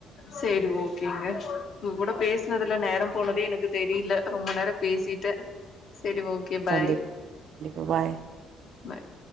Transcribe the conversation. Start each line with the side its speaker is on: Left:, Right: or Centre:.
Left: சேரி ஓகேங்க உங்க கூட பேசுனதுல நேரோ போனதே எனக்கு தெரில ரொம்ப நேரம் பேசிட்டே சேரி ஓகே பாய்
Right: கண்டிப் கண்டிப்பா பாய்
Left: பாய்